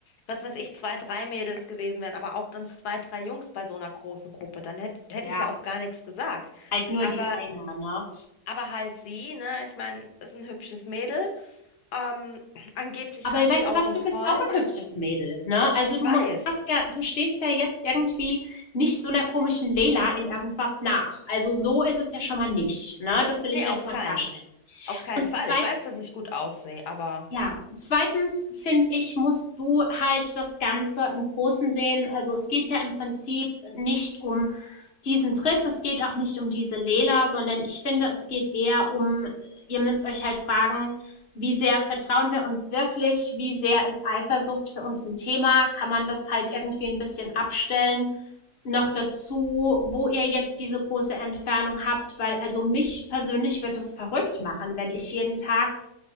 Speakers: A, on the left (about 85°); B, on the left (about 45°).
A: was weiß ich, zwei, drei Mädels gewesen wären, aber auch dann zwei, drei Jungs bei so einer großen Gruppe, dann hätte hätte
B: Ja,
A: ich ja auch gar nichts gesagt.
B: halt nur
A: Aber
B: die eine, ne?
A: aber halt sie, ne? Ich meine, ist ein hübsches Mädel. Ähm, angeblich
B: Aber
A: hat
B: weißt
A: sie auch
B: du was,
A: einen
B: du
A: Freund.
B: bist auch ein hübsches Mädel, ne? Also
A: Ich
B: du
A: weiß.
B: mu- hast ja, du stehst ja jetzt irgendwie nicht so einer komischen Leila in irgendwas nach. Also so ist es ja schon mal nicht, ne? Das will
A: Nee,
B: ich jetzt
A: auf
B: mal
A: keinen,
B: klarstellen.
A: auf keinen
B: Und
A: Fall.
B: zweitens,
A: Ich weiß, dass ich gut aussehe, aber
B: ja, zweitens finde ich, musst du halt das Ganze im Großen sehen. Also es geht ja im Prinzip nicht um diesen Trip, es geht auch nicht um diese Lela, sondern ich finde, es geht eher um, ihr müsst euch halt fragen, wie sehr vertrauen wir uns wirklich, wie sehr ist Eifersucht für uns ein Thema, kann man das halt irgendwie ein bisschen abstellen. Noch dazu, wo ihr jetzt diese große Entfernung habt, weil also mich persönlich wird das verrückt machen, wenn ich jeden Tag